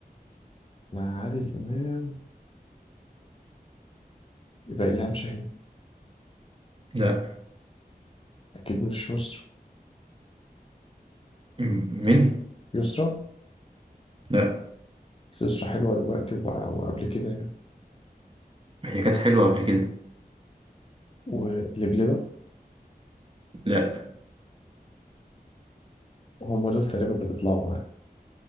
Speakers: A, on the left (about 35°); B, on the right (about 35°).
A: مع عادل إمام يبقى إلهام شاهين
B: لأ
A: أكيد مش يسرا
B: م- مين؟
A: يسرا
B: لأ
A: بس يسرا حلوة دلوقتي وبع- وقبل كده يعني
B: هي كانت حلوة قبل كده
A: ولبلبة
B: لأ
A: هم دول تقريبا اللي بيطلعوا معاه